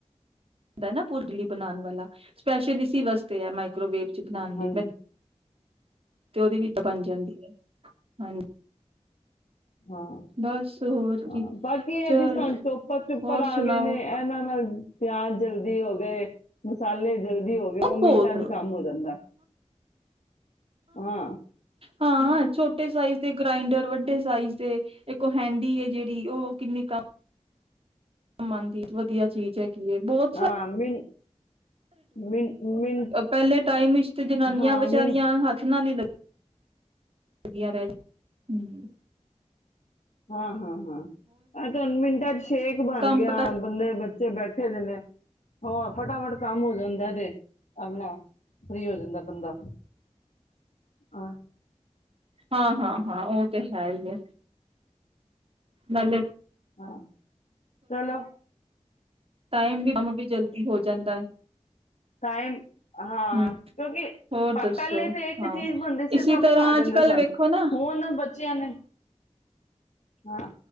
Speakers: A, on the right; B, on the left.
A: ਹੁੰਦਾ ਨਾ ਭੁਰਜੀ ਬਣਾਉਣ ਵਾਲਾ ਸਪੈਸ਼ਲ ਇਸੀ ਵਾਸਤੇ ਆ ਮਾਈਕਰੋਵੇਟ ਬਣਾਉਣ
B: ਹਾਂਜੀ
A: ਲਈ ਮੈਂ ਤੇ ਉਹਦੇ ਵਿੱਚ ਬਣ ਜਾਂਦੀ ਹੈ ਹਾਂਜੀ
B: ਹਾਂ
A: ਬਸ ਹੋਰ
B: ਹਾਂ
A: ਕੀ
B: ਬਾਕੀ ਇਹ
A: ਚਲ
B: ਜੀ ਸਾਨੂੰ ਚੋਪਰ ਚੁਪਰ
A: ਹੋਰ
B: ਆ
A: ਸੁਣਾਓ
B: ਗਏ ਨੇ
A: ਉਹ
B: ਇਹਨਾਂ ਨਾਲ ਪਿਆਜ਼ ਜਲਦੀ ਹੋ ਗਏ ਮਸਾਲੇ ਜਲਦੀ ਹੋ ਗਿਆ ਉਹ
A: ਬਹੁਤ
B: ਮਿੰਟਾਂ ਚ ਕੰਮ ਹੋ ਜਾਂਦਾ ਹਾਂ
A: ਹਾਂ ਛੋਟੇ ਸਾਈਜ਼ ਦੇ ਗ੍ਰਾਈੰਡਰ ਵੱਡੇ ਸਾਈਜ਼ ਦੇ ਕੁਹਿੰਡੀ ਹੈ ਜਿਹੜੀ ਉਹ ਕਿੰਨੀ ਕਮ ਨ ਦੀ ਵਧੀਆ ਚੀਜ਼ ਹੈ ਬਹੁਤ ਸ
B: ਹਾਂ ਮਿੰਟ ਮਿੰਟ ਮਿੰਟ
A: ਪਹਿਲੇ ਟਾਈਮ ਵਿਚ ਤੇ ਜਨਾਨੀਆਂ
B: ਹਾਂ
A: ਵਿਚਾਰੀਆਂ
B: ਮਿੰਟ
A: ਹੱਥ ਨਾਲ ਹੀ ਲੱ ਵਧੀਆ ਰਹਿ ਗਿਆ
B: ਹਾਂ ਹਾਂ ਹਾਂ ਮ ਸ਼ੇਕ ਬਣ
A: ਕੰਮ
B: ਗਿਆ
A: ਫਟਾ
B: ਬੰਦੇ ਬੱਚੇ ਬੈਠੇ ਜ ਨੇ ਹ ਫਟਾਫਟ ਕੰਮ ਹੋ ਜਾਂਦਾ ਤੇ ਆਰਾਮ ਨਾਲ ਫਰੀ ਹੋ ਜਾਂਦਾ ਬੰਦਾ ਆ
A: ਹਾਂ ਹਾਂ ਹਾਂ ਉਹ ਤੇ ਹੈ ਹੀ ਹੈ ਹੱਲ
B: ਹਾਂ ਚਲੋ
A: ਟਾਈਮ ਵੀ ਵੀ ਜਲਦੀ ਹੋ ਜਾਂਦਾ
B: ਟਾਈਮ ਹਾਂ
A: ਹਮ
B: ਕਿਉਂਕਿ
A: ਹੋਰ
B: ਪਹਿਲੇ
A: ਦੱਸੋ
B: ਤਾਂ ਇੱਕ
A: ਹਾਂ
B: ਚੀਜ਼ ਬਣਦੀ ਸੀ
A: ਇਸੀ
B: ਸਭ
A: ਤਰ੍ਹਾਂ
B: ਖਾ ਲੈਂਦੇ
A: ਅੱਜ ਕੱਲ
B: ਸਨ
A: ਵੇਖੋ ਨਾ
B: ਹੁਣ ਬੱਚਿਆਂ ਨੇ ਹਾਂ